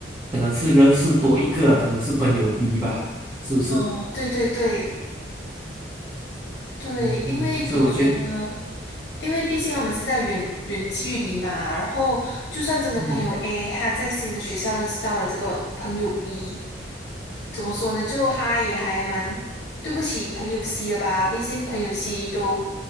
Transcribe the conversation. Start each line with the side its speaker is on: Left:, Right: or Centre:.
Right: 可能是认识多一个，可能是朋友 B 吧，是不是？
Left: 哦，对对对。对，
Right: 嗯嗯，
Left: 因为怎么说呢？
Right: 所以我觉得，
Left: 因为毕竟他们是在远远距离嘛，然后就算真的朋友
Right: 嗯。
Left: A 他在新的学校认识到了这个朋友 B，怎么说呢？就他也还蛮对不起朋友 C 的吧，毕竟朋友 C 都